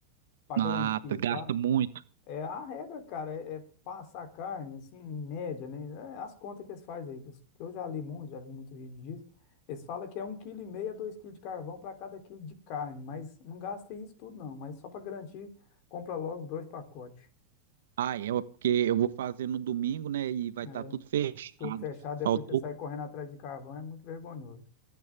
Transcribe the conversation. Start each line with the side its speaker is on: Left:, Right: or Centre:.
Left: para
Right: Ah,
Left: garantir,
Right: gasta
Left: tá?
Right: muito.
Left: É, a regra, cara, é, é passar carne, assim, em média, né? É, as contas que eles fazem aí, que os- que eu já li muito, já vi muito vídeo disso. Eles falam que é um quilo e meio a dois quilos de carvão para cada quilo de carne, mas não gasta isso tudo, não. Mas só para garantir, compra logo dois pacotes.
Right: Ah, é, ué, porque eu vou fazer no domingo, né? E vai
Left: É,
Right: estar tudo fechado.
Left: tudo fechado, depois
Right: Faltou.
Left: que você sair correndo atrás de carvão, é muito vergonhoso.